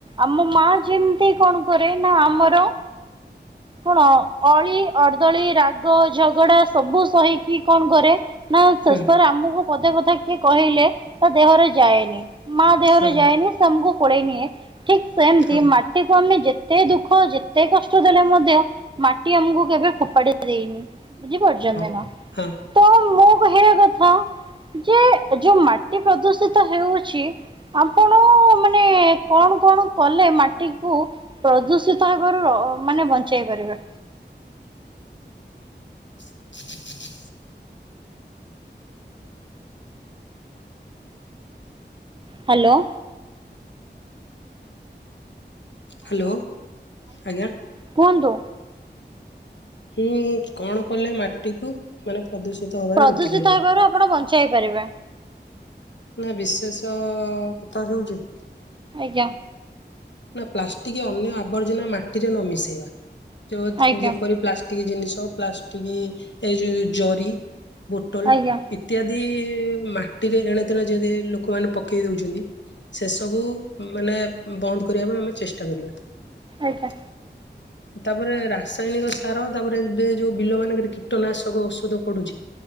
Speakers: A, on the right (about 25°); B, on the left (about 80°).
A: ଆମ ମା ଯେମିତି କଣ କରେ ନା ଆମର କଣ ଅଳି ଅର୍ଦଳି ରାଗ ଝଗଡା ସବୁ ସହିକି କଣ କରେ? ନା ଶେଷରେ
B: ହୁଁ
A: ଆମକୁ ପଦେ କଥା କିଏ କହିଲେ ତା ଦେହରେ ଯାଏନି। ମା ଦେହରେ
B: ହଁ
A: ଯାଏନି ସେ ଆମକୁ କୋଲେଇ ନିଅ ଠିକ ସେମତି
B: ହଁ
A: ମା ଟିକୁ ଆମେ ଯେତେ ଦୁଃଖ ଯେତେ କଷ୍ଟ ଦେଲେ ମଧ୍ୟ ମାଟି ଆମକୁ କେବେ ଫୋପାଡି ଦିଏନି ବୁଝିପାରୁଛନ୍ତି
B: ହଁ
A: ନା?
B: <unintelligible>
A: ତ ମୁଁ କଥା ଯେ ଯୋଉ ମାଟି ପ୍ରଦୂଷିତ ହେଉଅଛି ଆପଣ ମାନେ କଣ କଣ କଲେ ମାଟି କୁ ପ୍ରଦୂଷିତ ହେବାରୁ ର ମାନେ ବଞ୍ଚେଇ ପାରିବା?
B: <unintelligible>
A: ହ୍ୟାଲୋ!
B: ହ୍ୟାଲୋ ଆଜ୍ଞା!
A: କୁହନ୍ତୁ
B: ହୁଁ କଣ କଲେ ମାଟି କୁ ମାନେ ପ୍ରଦୂଷିତ ହବାରେ
A: ପ୍ରଦୂଷିତ
B: ରୋକି ପାରିବା?
A: ହେବାରୁ ଆପଣ ବଞ୍ଚାଇ ପାରିବେ?
B: ନା ବିଶେଷ କଥା ହେଉଛି
A: ଆଜ୍ଞା!
B: ନା ପ୍ଲାଷ୍ଟିକ ଅନ୍ୟ ଆବର୍ଜନା ମାଟିରେ ନ ମିଶେଇବା
A: ଆଜ୍ଞା
B: ଯେପରି ପ୍ଲାଷ୍ଟିକ ଜିନିଷ ପ୍ଲାଷ୍ଟିକ ଏ ଯୋଉ ଜରି ବୋଟଲ
A: ଆଜ୍ଞା
B: ଇତ୍ୟାଦି ମାଟିରେ ଏଣେତେଣେ ଯଦି ଲୋକମାନେ ପକେଇ ଦଉଛନ୍ତି ସେସବୁ ମାନେ ବନ୍ଦ କରିବା ପାଇଁ ଆମେ ଚେଷ୍ଟା କରିବା।
A: ଆଜ୍ଞା।
B: <unintelligible> ତାପରେ ରାସାୟନିକ ସାର। ତାପରେ ଏବେ ଯୋଉ ବିଲ ମାନଙ୍କରେ କୀଟନାଶକ ଔଷଧ ପଡୁଛି।